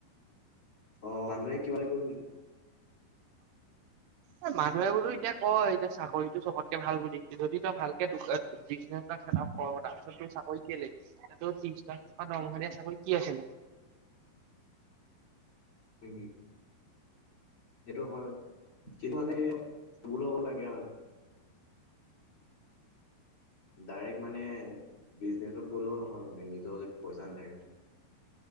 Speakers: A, on the left; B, on the right.
A: অ' আনে কিবা বুলি কয় বুলি
B: অ' মানুহে বোলো এতিয়া কয়, এতিয়া চাকৰিটো চবতকে ভাল বুলি। যদি তই ভাল কে দো- অ' বিজনেছ এটা ছেটাপ কৰ', তাৰপিছত তোৰ চাকৰি কেলে? এতিয়া তোৰ ত্ৰিছ লাখ টকা দৰমহা দিয়া চাকৰি কি আছে নো?
A: উম। সেইটো হয়। কিন্তু মানে- বোল হ'ব লাগে আ ডাইৰেক্ট মানে বিজনেছত গ'লেও নহয় মানে, নিজৰ যদি পইছা নাথাকে।